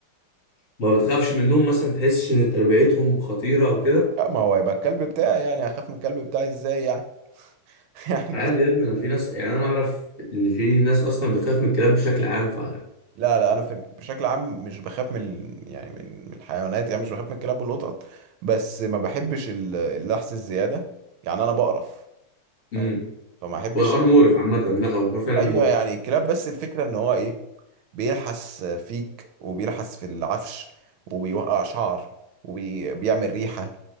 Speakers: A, on the left; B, on the right.
A: ما بتخافش منهم مثلا ما بتحسش ان تربيتهم خطيره او كده
B: لا ما هو هيبقى الكلب بتاعي يعني هخاف من الكلب بتاعي ازاي يعني <laughs> يعني
A: عادي يا ابني انا في ناس يعني انا اعرف ان في ناس اصلا بتخاف من الكلاب بشكل عام ف
B: لا لا انا في ال- بشكل عام مش بخاف من ال- يعني من من الحيوانات يعني مش بخاف من الكلاب والقطط بس ما بحبش ال- اللحس الزيادة يعني انا بقرف
A: امم
B: فاهم؟ فما احبش
A: هو الحوار مقرف عامه لا هو الحوار فعلا
B: ايوه
A: مقرف
B: يعني الكلاب بس الفكره ان هو ايه بيلحس فيك وبيلحس في العفش وبيوقع شعر وبيعمل ريحه